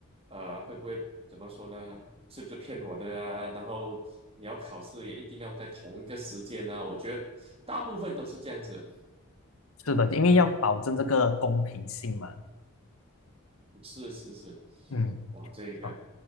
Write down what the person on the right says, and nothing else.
呃会不会怎么说呢？是不是骗我的啊？然后你要考试也一定要在同一个时间呢、啊我觉得大部分都是这样子。
是是是，
哇，这个